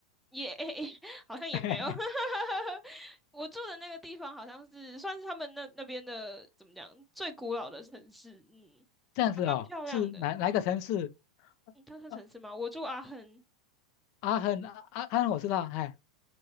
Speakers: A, in the centre; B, on the left.
A: 也、<laughs> 好像也没有。
B: <laughs>
A: <laughs> 我住的那个地方好像是算是他们那那边的怎么讲最古老的城市，嗯，
B: 这样子哦，
A: 还蛮漂亮的。
B: 是哪哪一个城市？
A: 嗯，它算城市吗？
B: 呃
A: 我住阿亨。
B: 阿亨，阿阿亨我知道，哎，